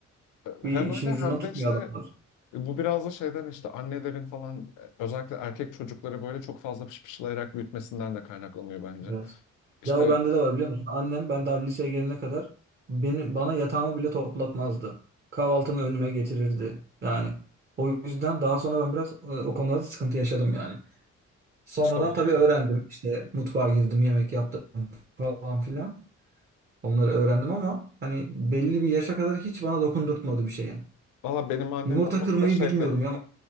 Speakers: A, on the right; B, on the left.
A: Bir
B: hem
A: işin
B: öyle
A: ucundan
B: hem
A: tutmuyor
B: de işte
A: adamlar.
B: E, Bu biraz da şeyden işte annelerin falan e, özellikle erkek çocukları böyle çok fazla pışpışlayarak büyütmesinden de kaynaklanıyor bence.
A: Evet.
B: İşte
A: Ya o bende de var biliyor musun? Annem ben daha liseye gelene kadar beni bana yatağımı bile toplatmazdı. Kahvaltımı önüme getirirdi. Yani o yüzden daha sonra ben biraz e, o konuda da sıkıntı yaşadım yani. Sonradan
B: işte oluyor.
A: tabii öğrendim. İşte mutfağa girdim, yemek yaptım falan filan. Onları öğrendim ama hani belli bir yaşa kadar hiç bana dokundurtmadı bir şeye.
B: Valla benim annem
A: Yumurta
B: o konuda
A: kırmayı
B: şeyde
A: bilmiyordum ya,